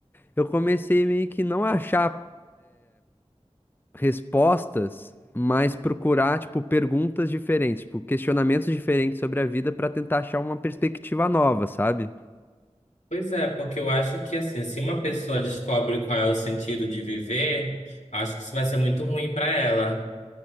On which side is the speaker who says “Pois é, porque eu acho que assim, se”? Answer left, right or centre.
Left